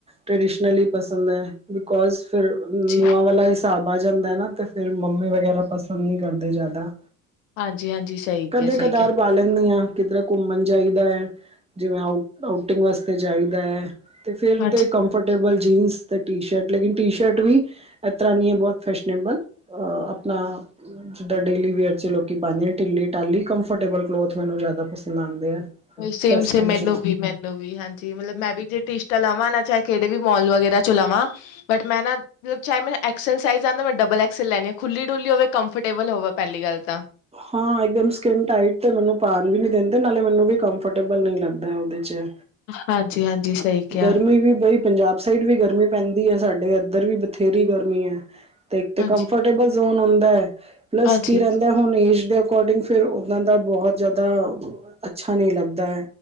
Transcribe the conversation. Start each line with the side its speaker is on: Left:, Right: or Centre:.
Right: ਟਡੀਲੀ ਪਸੰਦ ਹੈ ਬਿਕੋ ਫਿਰ ਨ
Left: ਜੀ
Right: ਨੂੰਹਾਂ ਵਾਲਾ ਹਿਸਾਬ ਆ ਜਾਂਦਾ ਨਾ ਤੇ ਫਿਰ ਮੰਮੀ ਵਗੈਰਾ ਪਸੰਦ ਨਹੀਂ ਕਰਦੇ ਜ਼ਿਆਦਾ।
Left: ਹਾਂਜੀ-ਹਾਂਜੀ ਸਹੀ
Right: ਕਦੇ
Left: ਕਿਹਾ ਸਹੀ
Right: ਕਦਾਰ
Left: ਕਿਹਾ
Right: ਪਾ ਲੈਂਦੀ ਹਾ। ਕਿਧਰ ਘੁੰਮਣ ਜਾਈਦਾ ਹੈ ਜਿਵੇਂ ਆ ਆਊਟਿੰਗ ਵਾਸਤੇ ਜਾਈਦਾ ਹੈ। ਤੇ ਫੇਰ
Left: ਹਾਂਜੀ-ਹਾਂਜੀ-ਹਾਂਜੀ।
Right: ਤੇ ਕੰਫਰਟੇਬਲ ਜੀਨਸ ਤੇ ਟੀ ਸ਼ਰਟ ਲੇਕਿਨ ਟੀ ਸ਼ਰਟ ਵੀ ਇਸ ਤਰ੍ਹਾਂ ਨ ਹੈ ਬਹੁਤ ਫੈਸ਼ਨਨੇਬਲ ਆਪਣਾ ਜਿੱਦਾਂ ਡੇਲੀ ਵੇਅਰ ' ਲੋਕੀ ਪਾਉਂਦੇ ਨੇ ਟਿਲੀ ਟਾਹਲੀ ਕੰਫਰਟੇਬਲ ਕਲੋਥ ਮੈਨੂੰ ਜ਼ਿਆਦਾ ਪਸੰਦ ਆਉਂਦੇ ਆ।
Left: ਸੇਮ
Right: ਵੈਸਟਰਨ
Left: ਸੇਮ ਮੈਨੂੰ
Right: ਚ
Left: ਵੀ ਮੈਨੂੰ ਵੀ ਹਾਂਜੀ ਮਤਲਬ ਮੈਂ ਵੀ ਜੇ ਟਟੀਸ਼ਟਾ ਲਾਵਾਂ ਨਾ ਚ ਕਿਹੜੇ ਵੀ ਮੋਲ ਵਗੈਰਾ ਚੋਂ ਲਵਾਂ ਬਟ ਮੈਂ ਨਾ ਚਾਹੇ ਮ ਐਕਸਲ ਸਜ਼ ਆਉਦਾ ਮੈਂ ਡਬਲ ਐਕਸਲ ਲੈਣੀ ਹ ਖੁੱਲੀ ਡੁੱਲੀ ਹੋਵੇ ਕੰਫਰਟੇਬਲ ਹੋਵੇ ਪਹਿਲੀ ਗੱਲ ਤਾਂ।
Right: ਹਾਂ ਇਕਦਮ ਸਕਿਟਂ ਟਾਈਟ ਤੇ ਮੈਨੂੰ ਪਾਣ ਵੀ ਨੀ ਦਿੰਦੇ ਨਾਲੇ ਮੈਨੂੰ ਵੀ ਕੰਫਰਟੇਬਲ ਨਹੀਂ ਲੱਗਦਾ ਉਦੇ ਚ
Left: ਹਾਂਜੀ, ਹਾਂਜੀ ਸਹੀ ਕਿਹਾ
Right: ਗਰਮੀ ਵੀ ਬਈ ਪੰਜਾਬ ਸਾਈਡ ਵੀ ਗਰਮੀ ਪੈਂਦੀ ਹੈ ਸਾਡੇ ਇੱਧਰ ਵੀ ਬਥੇਰੀ ਗਰਮੀ ਐ। ਤੇ ਇੱਕ ਤੇ
Left: ਹਾਂਜੀ
Right: ਕੰਫਰਟੇਬਲ ਜ਼ੋਨ ਹੁੰਦਾ ਪਲੱਸ
Left: ਹਾਂਜੀ
Right: ਕੀ ਰਹਿੰਦਾ ਹੁਣ ਏਸ਼ ਦ ਅਕੋਡਿੰਗ ਫਿਰ ਨਾਂ ਦਾ ਬਹੁਤ ਜ਼ਿਆਦਾ ਅੱਛਾ ਨਹੀਂ ਲੱਗਦੇ